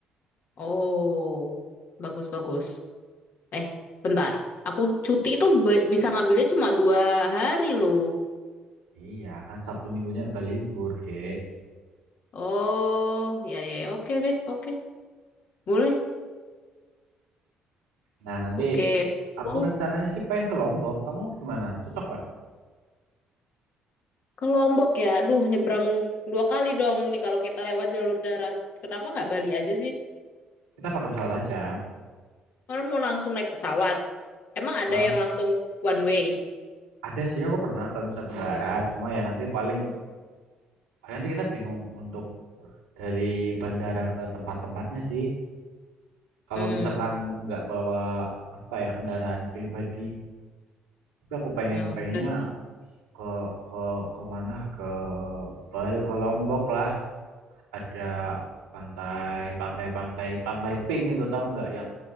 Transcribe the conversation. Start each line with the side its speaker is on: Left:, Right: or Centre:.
Left: Oh, bagus bagus. Eh, bentar. Aku cuti itu be- bisa ngambilnya cuma dua hari loh.
Right: Iya, kan Sabtu Minggunya udah libur, Dek.
Left: Oh, ya ya, ya. oke deh, oke, boleh,
Right: Nah, nanti
Left: oke. Itu
Right: aku rencananya sih pengen ke Lombok. Kamu gimana? Cocok nggak?
Left: ke Lombok ya. Aduh, nyebrang dua kali dong nih kalau kita lewat jalur darat. Kenapa nggak Bali aja sih?
Right: Kita pakai pesawat aja.
Left: Orang mau langsung naik pesawat. Emang
Right: Heeh.
Left: ada yang langsung one way?
Right: ada sih aku pernah ke Nusa Tenggara. Cuma ya nanti paling, paling nanti kita bingung untuk dari bandara ke tempat-tempatnya sih. Kalau
Left: Hmm.
Right: misalkan nggak bawa apa ya kendaraan pribadi. Tapi aku pengen
Left: ah
Right: pengennya
Left: berarti
Right: ke ke ke mana? Ke Bal- ke Lombok lah. Ada pantai, pantai, pantai, pantai pink itu tahu nggak yang